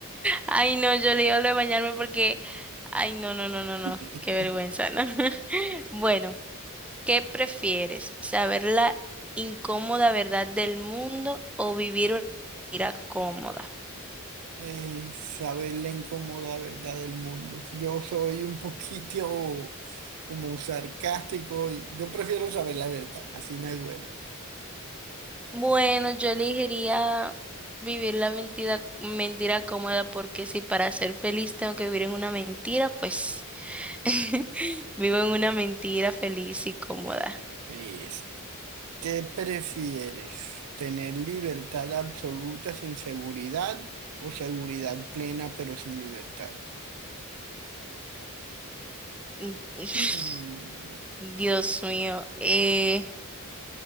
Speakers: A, in the centre; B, on the right.
A: Ay, no, yo elijo lo de bañarme porque, ay, no, no, no, no, no,
B: <laughs>
A: qué vergüenza, ¿no? <laughs> Bueno, ¿qué prefieres? ¿Saber la incómoda verdad del mundo o vivir una mentira cómoda?
B: eh, saber la incómoda verdad del mundo. Yo soy un poquito como sarcástico y yo prefiero saber la verdad, así me duela.
A: Bueno, yo elegiría vivir la mentira, mentira cómoda porque si para ser feliz tengo que vivir en una mentira, pues... <laughs> Vivo en una mentira feliz y cómoda.
B: Listo. ¿Qué prefieres? ¿Tener libertad absoluta sin seguridad o seguridad plena pero sin libertad?
A: Mm, <laughs>
B: Hmm,
A: <sighs> Dios mío. eh,